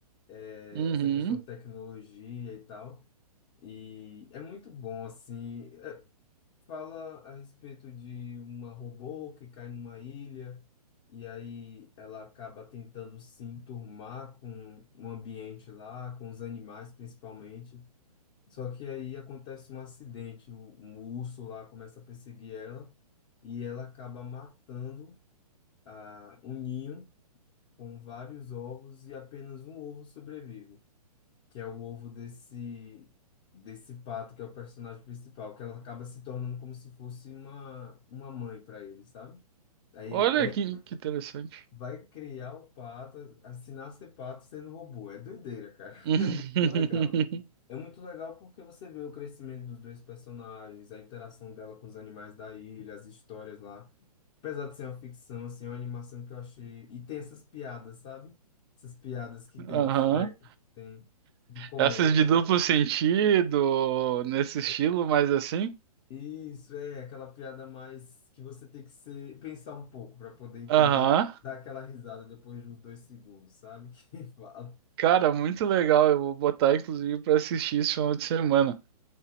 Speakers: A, on the left; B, on the right.
A: eh,
B: Uhum.
A: essa questão de tecnologia e tal. E é muito bom, assim. eh, fala a respeito de uma robô que cai numa ilha e aí ela acaba tentando se enturmar com o ambiente lá, com os animais principalmente. Só que aí acontece um acidente, o, um urso lá começa a perseguir ela e ela acaba matando a, um ninho com vários ovos e apenas um ovo sobrevive, que é o ovo desse desse pato que é o personagem principal, que ela acaba se tornando como se fosse uma uma mãe para ele, sabe? Aí
B: Olha
A: ela
B: que, que interessante.
A: vai criar o pato, a- a- se nascer pato sendo robô, é doideira,
B: <laughs>
A: Legal. É muito legal porque você vê o crescimento dos dois personagens, a interação dela com os animais da ilha, as histórias lá. Apesar de ser uma ficção, assim, é uma animação que eu achei. E tem essas piadas, sabe? Essas piadas que tem
B: Aham.
A: no Shrek, que tem de comédia.
B: Essas de duplo sentido, nesse estilo,
A: É
B: mais assim.
A: Isso é aquela piada mais que você tem que ser, pensar um pouco para poder entender,
B: Aham.
A: dar aquela risada depois de uns dois segundos, sabe? <laughs> Quem fala.
B: Cara, muito legal. Eu vou botar, inclusive, pra assistir esse final de semana.